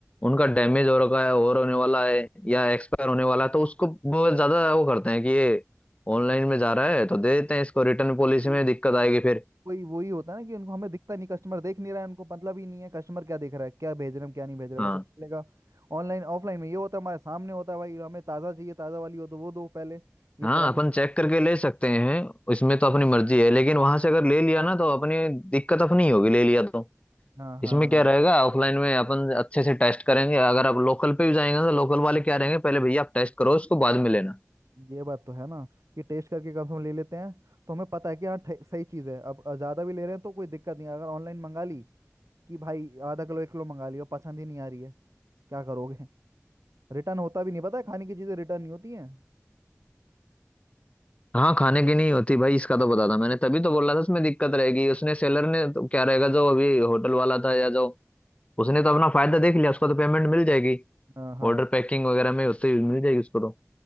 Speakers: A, on the right; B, on the left.
A: हाँ
B: उनका डैमेज हो रखा है और होने वाला है या एक्सपायर होने वाला है तो उसको बहुत ज्यादा वो करते हैं कि ये ऑनलाइन में जा रहा है तो दे देते हैं इसको रिटर्न पॉलिसी
A: कोई
B: में दिक्कत आएगी फिर
A: कोई वही होता है ना कि उनको हमें दिखता नहीं कस्टमर देख नहीं रहा है उनको मतलब ही नहीं है कस्टमर क्या देख रहा है क्या भेज रहे हैं क्या नहीं भेज रहे हैं,
B: हाँ
A: वो तो कर लेगा ऑनलाइन ऑफलाइन में ये होता है हमारे सामने होता है भाई हमें ताज़ा चाहिए ताज़ा वाली हो तो वो दो पहले ये
B: हाँ
A: पुरानी
B: अपन चेक करके ले सकते हैं इसमें
A: हाँ
B: तो अपनी मर्जी है लेकिन वहां से अगर ले लिया ना तो अपनी दिक्कत अपनी ही होगी ले लिया तो
A: हाँ हाँ
B: इसमें क्या रहेगा ऑफलाइन में अपन अच्छे से टेस्ट करेंगे अगर आप लोकल पे भी जाएंगे तो लोकल वाले क्या रहेंगे पहले भैया आप टेस्ट करो उसको बाद में लेना
A: ये बात तो है ना ये टेस्ट करके कम से कम ले लेते हैं तो हमें पता है कि हाँ ठे- सही चीज़ है अब ज़्यादा भी ले रहे हैं तो कोई दिक्कत नहीं है अगर ऑनलाइन मंगा ली कि भाई आधा किलो एक किलो मंगा लिया पसंद ही नहीं आ रही है क्या करोगे रिटर्न होता भी नहीं पता है खाने की चीज़ें रिटर्न नहीं होती हैं
B: हाँ खाने की नहीं होती भाई इसका तो पता था मैंने तभी तो बोला था उसमें दिक्कत रहेगी उसने सेलर ने तो क्या रहेगा जो अभी होटल वाला था या जो उसने तो अपना फायदा देख लिया उसको तो पेमेंट मिल जाएगी
A: हाँ हाँ
B: ऑर्डर पैकिंग वगैरह में होते ही मिल जाएगी उसको तो